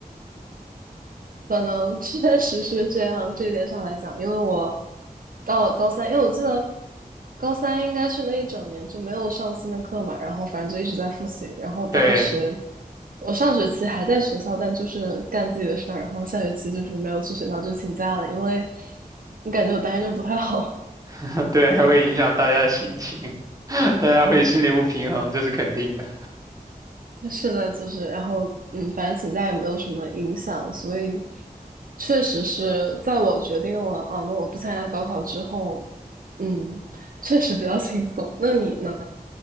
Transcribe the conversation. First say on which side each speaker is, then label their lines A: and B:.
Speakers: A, on the right (about 70°); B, on the right (about 25°).
A: 可能确实是这样，这一点上来讲，因为我到高三，因为我记得高三应该是那一整年就没有上新的课嘛，然后反正就一直在复习，然后当时
B: 对，
A: 我上学期还在学校，但就是干自己的事儿，然后下学期就是没有去学校，就请假了，因为你感觉我答应着不太好，
B: <laughs> 对，还会影响大家的心情，<laughs> 大家会心里不平衡，这是肯定的。
A: 是的，就是，然后，嗯，反正请假也没有什么影响，所以确实是在我决定了啊，那我不参加高考之后，嗯，确实比较轻松。那你呢？